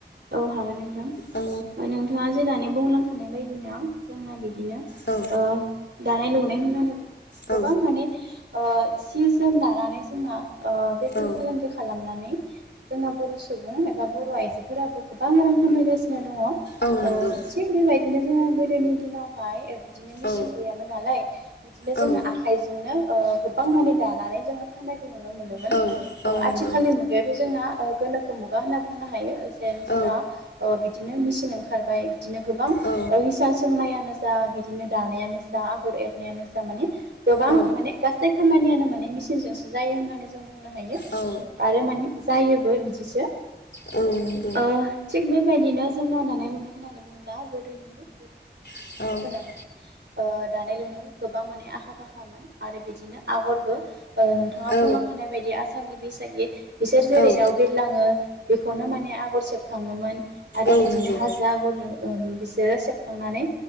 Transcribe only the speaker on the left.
औ
औ
औ
औ
औ नंगौ
औ
औ
औ
औ नंगौ
औ
औ
औ
औ
औ नों
औ
औ
औ
औ
नंगौ